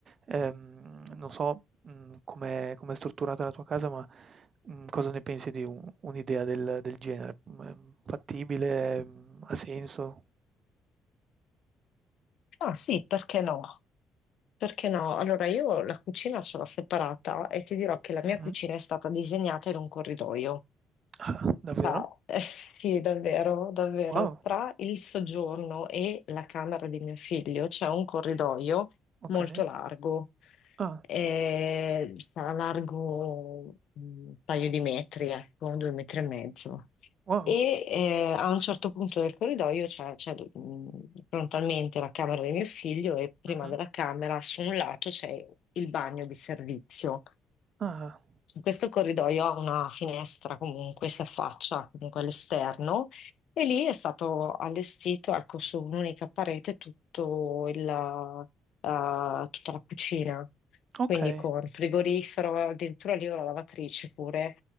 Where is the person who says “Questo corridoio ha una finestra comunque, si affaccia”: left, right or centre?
Left